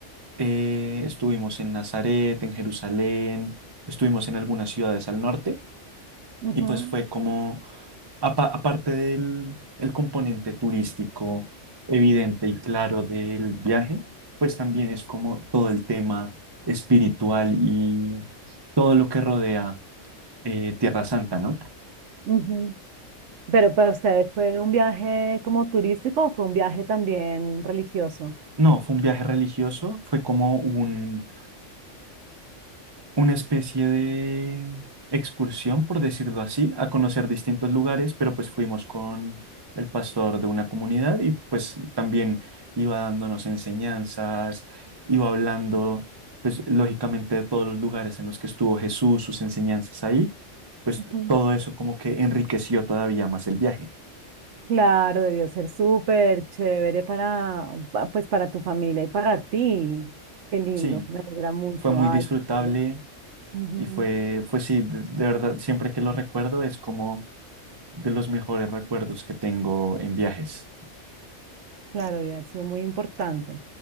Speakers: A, on the right; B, on the right.
A: Eh, estuvimos en Nazaret, en Jerusalén, estuvimos en algunas ciudades al norte
B: Ujú,
A: Y pues fue como, apa- aparte del el componente turístico evidente y claro del viaje, pues también es como todo el tema espiritual y todo lo que rodea eh, Tierra Santa, ¿no?
B: ujú. Pero para ustedes, ¿fue un viaje como turístico o fue un viaje también religioso?
A: No, fue un viaje religioso, fue como un una especie de excursión, por decirlo así, a conocer distintos lugares, pero pues fuimos con el pastor de una comunidad y pues también iba dándonos enseñanzas, iba hablando, pues lógicamente de todos los lugares en los que estuvo Jesús, sus enseñanzas ahí, pues
B: Ujú.
A: todo eso como que enriqueció todavía más el viaje.
B: Claro, debió ser súper chévere para, pa- pues para tu familia y para ti. Qué lindo,
A: Sí,
B: me alegra mucho.
A: fue muy
B: Ay,
A: disfrutable
B: bueno. Ujú.
A: y fue, fue sí, de, de verdad, siempre que lo recuerdo es como de los mejores recuerdos que tengo en viajes.
B: Claro, debe haber sido muy importante,